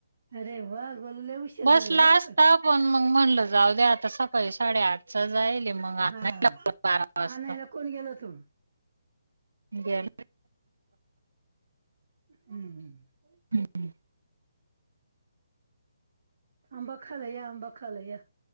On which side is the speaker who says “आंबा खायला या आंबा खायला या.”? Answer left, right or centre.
Right